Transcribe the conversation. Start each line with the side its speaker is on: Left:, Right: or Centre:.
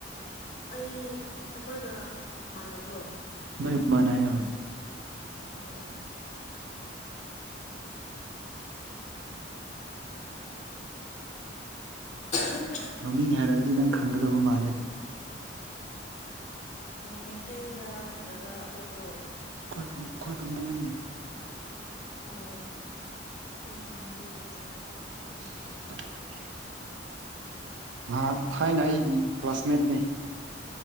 Left: ꯑꯩ ꯑꯩꯈꯣꯏꯒ ꯃꯥꯟꯅꯕ꯭ꯔꯣ
Right: ꯅꯣꯏ ꯃꯅꯩ ꯍꯣꯏ
Left: ꯎꯝ ꯑꯥꯍꯥꯝ
Right: ꯃꯃꯤꯡ ꯍꯥꯏꯔꯛꯑꯗꯤ ꯅꯪ ꯈꯪꯒꯗꯕ ꯃꯥꯜꯂꯦ
Left: ꯃꯩꯇꯩꯔꯥ ꯅꯠꯇ꯭ꯔꯒ ꯑꯇꯣꯞꯄꯔꯣ
Right: ꯑꯩꯈꯣꯏ ꯑꯩꯈꯣꯏ ꯀꯥꯡꯕꯨꯅꯤꯅꯤ
Left: ꯑꯣ ꯑꯩꯈꯣꯏ ꯀꯥꯡꯒꯨ ꯈꯣꯏ ꯀꯥꯡꯒꯨ
Right: INAUDIBLE ꯑꯥ ꯊꯥꯏꯅ ꯑꯩꯒꯤ ꯀ꯭ꯂꯥꯁꯃꯦꯠꯅꯤ